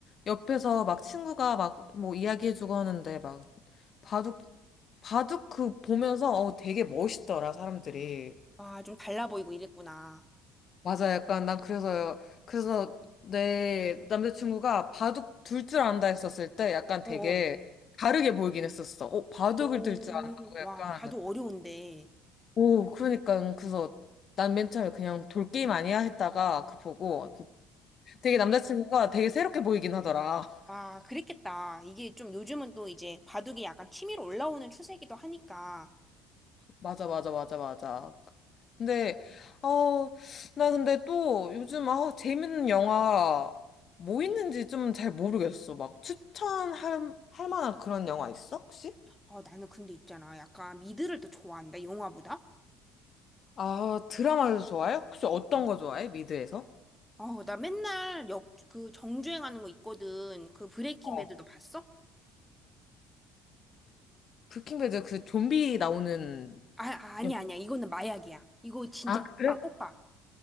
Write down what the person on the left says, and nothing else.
옆에서 막 친구가 막 뭐 이야기해주고 하는데 막 바둑 바둑 그 보면서 어 되게 멋있더라 사람들이.
맞아, 약간 난 그래서 그래서 내 남자친구가 바둑 둘 줄 안다 했었을 때 약간
되게
다르게 보이긴 했었어. 어, 바둑을
둘 줄 안다고
약간
오, 그러니까 음, 그래서 난 맨 처음에 그냥 돌게임 아니야 했다가 그 보고 되게 남자친구가 되게 새롭게 보이긴 하더라.
맞아, 맞아, 맞아, 맞아. 근데, 어, 나 근데 또 요즘, 아 재밌는 영화 뭐 있는지 좀 잘 모르겠어. 막 추천할, 할 만한 그런 영화 있어, 혹시?
아, 드라마를 좋아해? 혹시 어떤 거 좋아해? 미드에서?
어.
브레이킹배드 그 좀비 나오는
영화.
아,
그래?